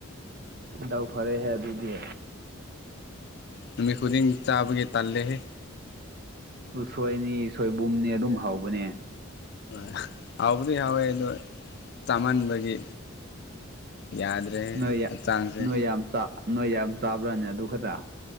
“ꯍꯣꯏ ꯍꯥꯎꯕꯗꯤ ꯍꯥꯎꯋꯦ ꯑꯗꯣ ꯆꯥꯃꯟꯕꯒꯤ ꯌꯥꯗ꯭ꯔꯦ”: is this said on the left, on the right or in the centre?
Left